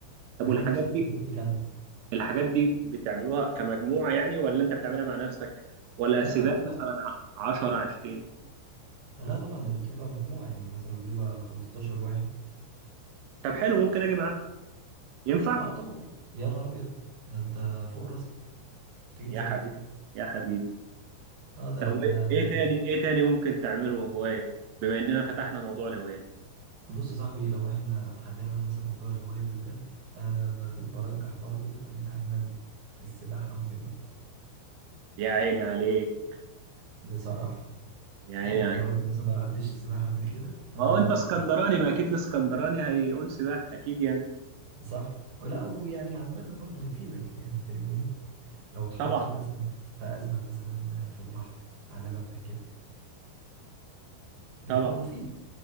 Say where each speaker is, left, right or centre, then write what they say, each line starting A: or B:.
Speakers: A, on the right; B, on the right.
A: طب
B: وهتلاقي
A: والحاجات
B: نفسك مش
A: دي
B: قادر تكمل
A: الحاجات دي بتعملوها كمجموعة يعني ولا انت بتعملها مع نفسك ولا
B: لا
A: سباق
B: لا بتبقى
A: مثلا ع- 10 20
B: لا طبعا ده بتبقى مجموعة يعني مثلا بيبقى 15 واحد
A: طب حلو ممكن اجي معاكم ينفع
B: اه طبعا يا نهار ابيض ده انت فوق راسك تيجي
A: يا
B: تشرفنا
A: حبيبي يا حبيبي
B: اه ده
A: طب
B: احنا
A: وايه- ايه
B: يعني
A: تاني ايه تاني ممكن تعمله هواية بما اننا فتحنا موضوع الهواية
B: بص يا صاحبي لو احنا هنعمل مثلا موضوع الهواية اللي بجد انا ب- برجح برضو ان احنا ن- السباحة مهمة
A: يا عيني عليك
B: بصراحة
A: يا عيني
B: يعني
A: عليك
B: لو انت مثلا ما لعبتش سباحة قبل كده فانا
A: ما هو انت
B: ب-
A: اسكندراني ما اكيد الاسكندراني هيقول سباحة اكيد يعني
B: صح ولا ويعني عامة برضو بتفيدك يعني فاهمني لو اتحطيت
A: طبعا
B: مثلا في أزمة مثلا في البحر على مركب بتبقى
A: طبعا
B: مفيد